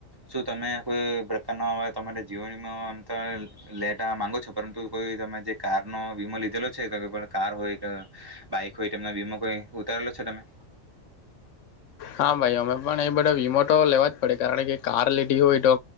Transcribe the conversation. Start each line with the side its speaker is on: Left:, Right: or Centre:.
Right: શું તમે કોઈ પ્રકારના તમારે જીવન આમ તો લેટા માંગો છો પરંતુ કોઈ તમે જે કાર. વીમો લીધેલો છે કાર હોય કે બાઈક હોય તેમનો વીમો કોઈ ઉતારેલો છે તમે.
Left: હા ભાઈ અમે પણ એ બધા વીમો તો લેવા જ પડે કારણ કે કાર લીધી હોય તો